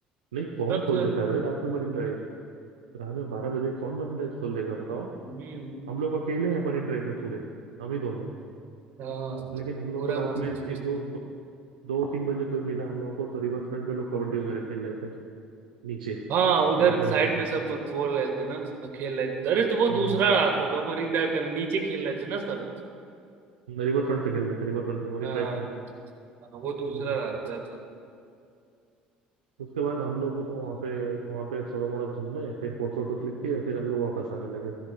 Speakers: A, on the right (about 80°); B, on the right (about 55°).
A: नहीं कौन
B: तब
A: खोल
B: तो
A: देता है भाई रात में मरीन ड्राइव रात में बारह बजे कौन मरीन ड्राइव खोल देगा बताओ
B: हम्म,
A: हम लोग अकेले हैं मरीन ड्राइव में पूरे हम ही दोनों
B: हाँ
A: लेकिन हम लोग
B: पूरा
A: को रात
B: बंद
A: में एक
B: था।
A: दो दो, दो तीन बजे कोई मिला हम लोगों को तो रिवर फ्रंट पे लोग कबड्डी वगैरह खेल रहे थे नीचे
B: हाँ उधर
A: देखने
B: साइड
A: में आया तो
B: में सब लोग खोल रहे थे ना खेल रहे थे अरे तो वो
A: हम्म,
B: दूसरा रास्ता था वो मरीन ड्राइव का ना, नीचे खेल रहे थे ना सब
A: रिवर फ्रंट पे खेल रहे थे रिवर फ्रंट पे मरीन
B: हाँ
A: ड्राइव पे नहीं
B: हाँ, वो दूसरा
A: हम्म,
B: रास्ता था
A: उसके बाद हम लोग वहाँ पे वहाँ पे थोड़ा मोड़ा घूमे फिर फोटो वोटो क्लिक किए फिर हम लोग वापस आने लगे